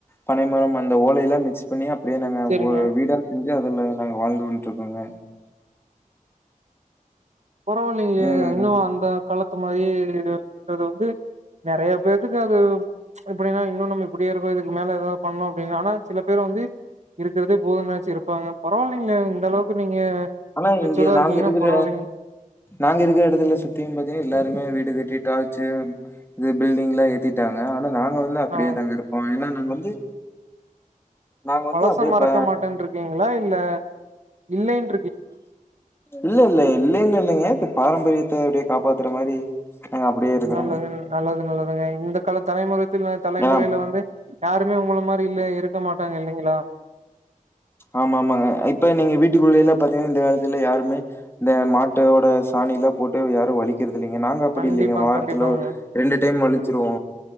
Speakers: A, on the left (about 15°); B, on the right (about 55°).
A: பனைமரம் அந்த ஓலையெல்ல மிக்ஸ் பண்ணி அப்டியே நாங்க
B: செரிங்க
A: ஒரு வீடா செஞ்சி அதுல நாங்க வாழ்ந்து வன்ட்ருக்கோங்க
B: பரவாலிங்லே
A: ம்
B: இன்னு அந்த காலத்து மாரியே இருக்றது நெறையா பேத்துக்கு அது இப்டின்னா இன்னு நம்ம இப்டியே இருக்கோ இதுக்கு மேல எதா பண்ணு அப்டின்னாலு சில பேர் வந்து இருக்கிறதே போது நெனச்சி இருப்பாங்க பரவாலிங்லே இந்த அளவுக்கு நீங்க
A: ஆனா
B: மெச்சூர்டா
A: இங்க நாங்க
B: இருக்கீங்கன்னா
A: இருக்குற
B: பரவாயில்லைங்க
A: நாங்க இருக்கிற எடத்துல சுத்தியு பாத்தீங்ன்னா எல்லாருமே வீடு கட்டி டார்ச்சு இது பில்டிங்லா ஏத்திட்டாங்க ஆனா நாங்க வந்து அப்டியே
B: ஆ
A: தாங்க இருப்போ ஏனா நாங்க வந்து நாங்க
B: பலச
A: வந்து அப்படியே
B: மறக்க
A: ப
B: மாட்டேன்ருக்கீங்களா இல்ல இல்லன்
A: இல்லல்ல இல்லைங்க இல்லைங்க இப்ப பாரம்பரியத்த அப்டியே காப்பாத்துற மாரி நாங்க அப்டியே இருக்குறோங்க
B: நல்லது நல்லது நல்லதுங்க இந்த கால தலைமுறைத்தில் தலைமுறையில
A: ஏனா
B: வந்து யாருமே ஒங்கள மாரி இல்ல இருக்க மாட்டாங்க இல்லைங்களா
A: ஆமா ஆமாங்க இப்ப நீங்க வீட்டுக்குள்ளலா பாத்தீங்கன்னா இந்த காலத்துல யாருமே இந்த மாட்டோட சாணிலா போட்டு யாரு வளிக் கிறது இல்லைங்க நாங்க அப்டி
B: கண்டிப்பாங்க
A: இல்லைங்க வாரத்துல
B: கண்டிப்பாங்க
A: ரெண்டு டைம் வழிச்சிருவோ